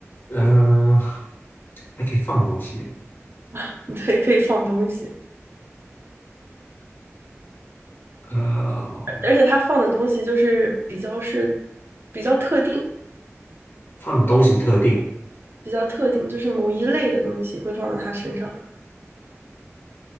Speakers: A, on the left (about 50°); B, on the right (about 50°).
A: 嗯、还可以放东西，
B: <laughs> 对，可以放东西，
A: 呃，
B: 而而且它放的东西就是比较是比较特定，
A: 放的东西特定，
B: 比较特定，就是某一类的东西会放到它身上。